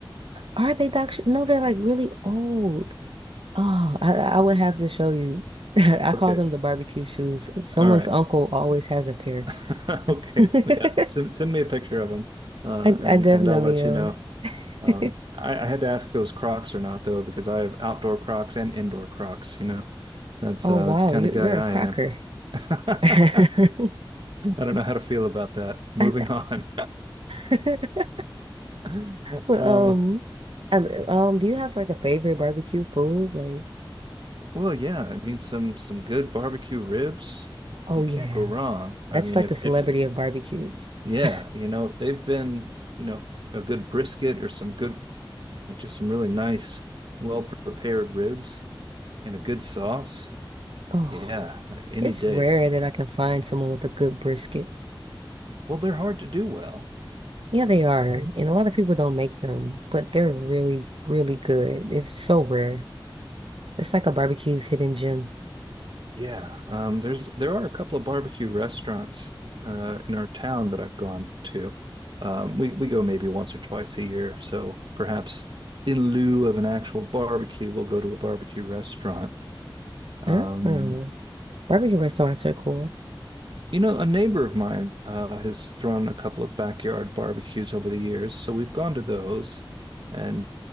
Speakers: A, on the right; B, on the right.
A: Are they doc? No, they're like really old. Oh, I, I would have to show you. <laughs> I call
B: Okay.
A: them the barbecue shoes. Someone's
B: All right.
A: uncle always has a pair.
B: <laughs> Okay.
A: <laughs> I,
B: Yeah. Send, send me a picture of them, uh,
A: I
B: and
A: definitely
B: and I'll let
A: know.
B: you know. Um,
A: <laughs>
B: I, I had to ask if it was Crocs or not though, because I have outdoor Crocs and indoor Crocs. You know, that's
A: Oh
B: uh,
A: wow,
B: that's the kind
A: you
B: of guy
A: you're
B: I
A: a cracker.
B: am. <laughs> I
A: <laughs> I-
B: don't know how to feel about that. Moving
A: I-
B: on.
A: <laughs>
B: <laughs>
A: Well,
B: Um,
A: um, I- um, do you have like a favorite barbecue food? Like,
B: well, yeah, I mean some some good barbecue ribs.
A: oh
B: You
A: yeah,
B: can't go wrong. I
A: that's
B: mean,
A: like
B: if
A: the celebrity
B: if if
A: of barbecues.
B: yeah,
A: <laughs>
B: you know, if they've been, you know, a good brisket or some good, like just some really nice, well prepared ribs and a good sauce.
A: Oh,
B: Yeah, any
A: it's
B: day.
A: rare that I can find someone with a good brisket.
B: Well, they're hard to do well.
A: Yeah, they are. And a lot of people don't make them, but they're really, really good. It's so rare. It's like a barbecue's hidden gem.
B: Yeah, um, there's there are a couple of barbecue restaurants uh, in our town that I've gone to. Um, we we go maybe once or twice a year, so perhaps in lieu of an actual barbecue, we'll go to a barbecue restaurant. Um,
A: I don't know. Barbecue restaurants are cool.
B: you know, a neighbor of mine uh, has thrown a couple of backyard barbecues over the years, so we've gone to those. And